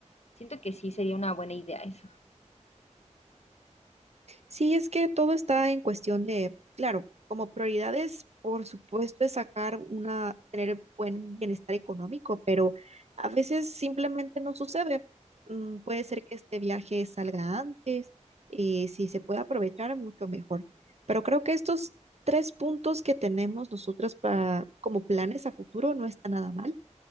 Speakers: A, on the left (about 60°); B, on the right (about 60°).
A: Siento que sí sería una buena idea eso.
B: Sí, es que todo está en cuestión de, claro, como prioridades, por supuesto, es sacar una, tener buen bienestar económico, pero a veces simplemente no sucede. Mm, puede ser que este viaje salga antes y si se puede aprovechar, mucho mejor. Pero creo que estos tres puntos que tenemos nosotros para, como planes a futuro no está nada mal.